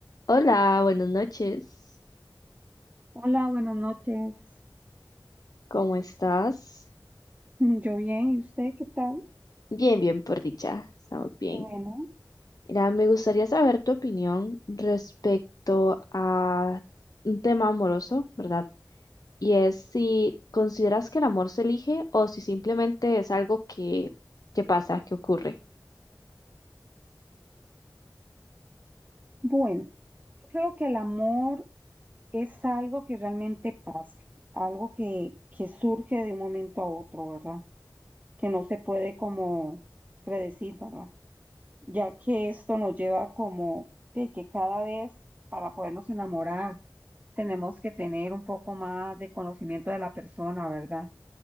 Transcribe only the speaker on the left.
Hola, buenas noches.
¿Cómo estás?
Bien, bien, por dicha. Estamos bien.
Mira, me gustaría saber tu opinión respecto a un tema amoroso, ¿verdad? Y es si consideras que el amor se elige o si simplemente es algo que, que pasa, que ocurre.